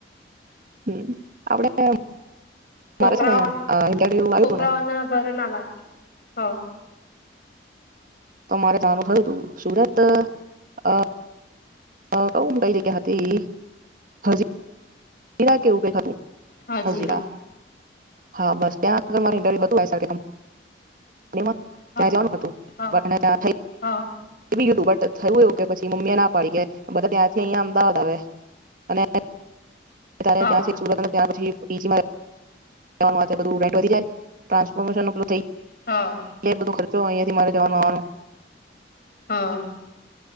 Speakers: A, on the right; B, on the left.
A: હમ આપડે
B: છોકરાઓ
A: મારે છે ને ઇન્ટરવ્યુ આવ્યું
B: છોકરાઓના
A: હતું ને
B: ઘરે <unintelligible> હ
A: અમારે નાનું થયું હતુ સુરત ત અ હ કઉ કઈલી કેતી હજી <unintelligible> કેવું કે ખતું
B: હજીરા
A: હાજી વા હા બસ ત્યાં આગર મા ઇન્ટર્ય હતું <unintelligible> ને એમા
B: હા
A: ત્યાં જવાનું હતું
B: હા
A: ત્યાં થઈ.
B: હા
A: બટ થયું એ કે પછી મમ્મી એ ના પાડી કે બધા ત્યાંથી અહયા અમદાવાદ આવે અને ત્યારે
B: હા
A: ત્યાંથી સુરત અને ત્યાં પછી પીચીમાં તા માથે બધું રેન્ટ જાય ટ્રાન્સફોર્શનું પેલું થય.
B: હા
A: એ બધો ખર્ચો અયે મારે જવાનું આવવાનું.
B: હા.